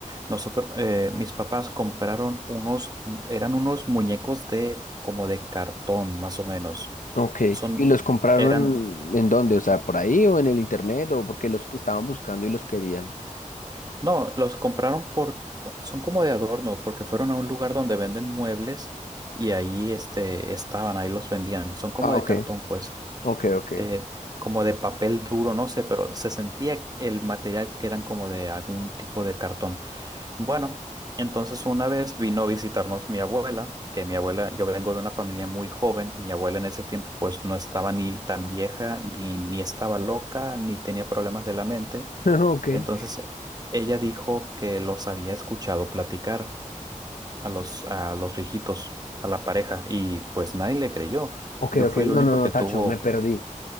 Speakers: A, on the right (about 30°); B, on the left (about 75°).
A: Nosotros, eh, mis papás compraron unos, eran unos muñecos de, como de cartón, más o menos.
B: Ok,
A: Son,
B: ¿y los compraron
A: eran
B: en dónde? O sea, ¿por ahí o en el internet o porque los que estaban buscando y los querían?
A: No, los compraron por, co- son como de adorno, porque fueron a un lugar donde venden muebles y ahí este, estaban, ahí los vendían. Son como
B: Ah,
A: de
B: ok,
A: cartón, pues,
B: ok, ok.
A: de, como de papel duro, no sé, pero se sentía el material que eran como de algún tipo de cartón. Bueno, entonces una vez vino a visitarnos mi abuela, que mi abuela, yo vengo de una familia muy joven, mi abuela en ese tiempo pues no estaba ni tan vieja, ni, ni estaba loca, ni tenía problemas de la mente.
B: <laughs>
A: Entonces, ella dijo que los había escuchado platicar a los, a los viejitos, a la pareja, y pues nadie le creyó.
B: Ok,
A: Yo
B: ok, ok,
A: fui el
B: no,
A: único
B: no, no,
A: que
B: Tacho,
A: tuvo...
B: me perdí.